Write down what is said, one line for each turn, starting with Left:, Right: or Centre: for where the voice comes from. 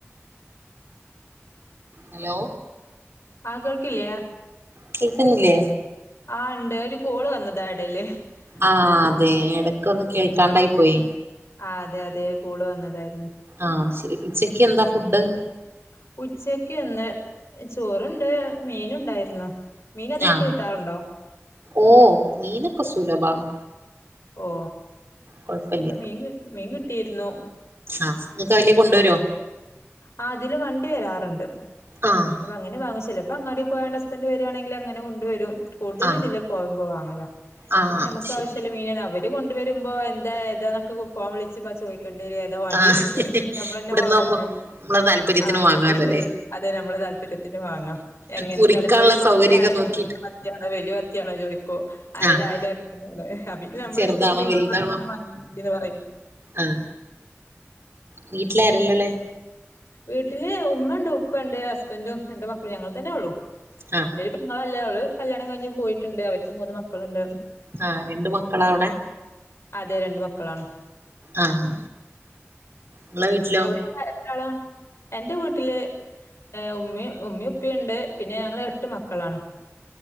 Right: ഹലോ
Left: ആഹ് കേൾക്കില്ലേ
Right: കേക്ക്ന്നില്ലേ
Left: ആഹ് ഇണ്ട് ഒരു കോള് വന്നതാ എടേല്
Right: ആഹ്
Left: അതോണ്ടാ
Right: അതെ എട ക്കൊന്ന് കേൾക്കാണ്ടായി പോയി
Left: ആ അതെയതെ കോള് വന്നതായിരുന്നു
Right: ആഹ് അത് ശരി ഉച്ചക്കെന്താ ഫുഡ്
Left: ഉം ഉച്ചക്ക് ന്ന് ചോറ്ണ്ട് മീനുണ്ടായിരുന്നു മീനതിലൊക്കെ
Right: ആഹ്
Left: കിട്ടാറുണ്ടോ
Right: ഓ മീനക്കെ സുലഭാണ്
Left: ഓ
Right: കൊഴപ്പല്ല
Left: ഇപ്പ മീൻ കി മീൻ കിട്ടിരുന്നു
Right: ആഹ് ങ്ങക്ക് അയ്ലേ കൊണ്ടെരോ
Left: ആ തിലെ വണ്ടി വെരാറുണ്ട്
Right: ആഹ്
Left: അപ്പൊങ്ങനെ വാങ്ങിച്ചെരും ഇപ്പ അങ്ങാടി പോയാണ്ടസ്ബന്റ് വരാണങ്കിലങ്ങനെ കൊണ്ടു വരും കൂടുതലും
Right: ആഹ്
Left: ഇതിലെ പോവ്മ്പോ വാങ്ങല
Right: ആഹ്
Left: പിന്നെ അമക്കാവശ്യല്ല
Right: അത് ശരി
Left: മീനാ അവര് ര് കൊണ്ടുവരുമ്പോ എന്താഏതാന്നൊക്കെ ഫോൺ വിളിച്ച് പ ചോയിക്കേണ്ടി വരും എന്താ വാണ്ട്യയിക്കാ
Right: ആഹ്
Left: അപപിന്നെ നമ്മളന്നെ
Right: ഇവിടന്നാവുമ്പോ
Left: വാങ്ങുമ്പഴ്
Right: നമ്മളെ താല്പര്യത്തിന്
Left: ആഹ് ഞമുക്ക്ഷ്ടല്ല
Right: വാങ്ങാലോ അല്ലേ
Left: അതെ നമ്മളെ താല്പര്യത്തിന് വാങ്ങാം എങ്ങൻത്താണ്
Right: മുറിക്കാനുള്ള
Left: ഇപ്പൊരു മത്തിയായാലും
Right: സൗകര്യൊക്കെ നോക്കിട്ട്
Left: മത്തിയാണോ വെല്ല്യ വത്തിയാണോ ചോയിക്കും അയലായാലും
Right: ആഹ്
Left: അ പിന്നെ ഞമ്മളിഷ്ടത്തിന്
Right: ചെറുതാണോ
Left: നങ്ങളവിടന്ന്
Right: വലുതാണോ
Left: വാങ്ങി <unintelligible> പറയും
Right: ആഹ് വീട്ടിലാരെല്ലാള്ളെ
Left: വീട്ടില് ഉമ്മ ണ്ട് ഉപ്പ ണ്ട് ഹസ്ബന്റും രണ്ട്മക്കളും ഞങ്ങള് തന്നെ ഒള്ളു
Right: ആഹ്
Left: ഒര് പെങ്ങളാല്ലെ ഓള് കല്യാണം കഴിഞ്ഞ് പോയിട്ടൊണ്ട് അവര്ക്ക് മൂന്ന് മക്കളുണ്ട്
Right: ആഹ് രണ്ട് മക്കളാവിടെ?
Left: അതെ രണ്ട് മക്കളാണ്
Right: ആഹ് ങ്ങളെ വീട്ടിലോ?
Left: ആ എത്രയാളാ എന്റെ വീട്ടില് ഏ ഉമ്മേ ഉമ്മേ ഉപ്പേയൊണ്ട് പിന്നെ ഞങ്ങള് എട്ട് മക്കളാണ്